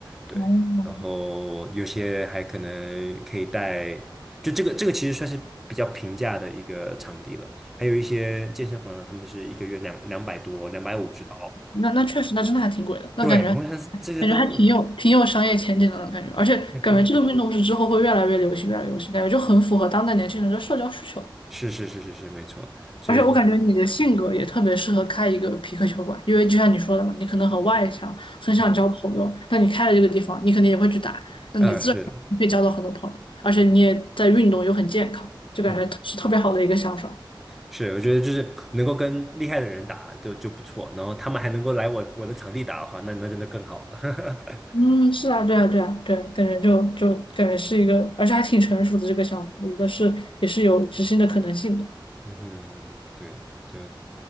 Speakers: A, in the centre; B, on the left.
A: 对。
B: 哦，
A: 然后有些还可能可以带。就这个这个其实算是比较平价的一个场地了。还有一些健身房呢，他们是一个月两两百多，两百五十刀。
B: 那那确实，那真的还挺贵的，那感觉
A: 对，我想这个都很
B: 感觉还挺有挺有商业前景的呢，感觉，而且感觉这个运动是之后会越来越流行，
A: 很疯狂。
B: 越来越流行，感觉就很符合当代年轻人的社交需求。
A: 是是是是是，没错。所以就
B: 而且我感觉你的性格也特别适合开一个皮克球馆，因为就像你说的嘛，你可能很外向，很想交朋友，
A: 嗯
B: 那你开了这个地方，你肯定也会去打，那你自然会交到很多朋友，
A: 呃是
B: 而且你也在运动又很健康，就感觉是特别好的一个想法。
A: 嗯是，我觉得就是能够跟厉害的人打就就不错，然后他们还能够来我我的场地打的话，那那真的更好了。<laughs>
B: 嗯，是啊，对啊，对啊，对，感觉就就感觉是一个，而且还挺成熟的这个想法，我觉得是也是有执行的可能性的。
A: 嗯哼，对，就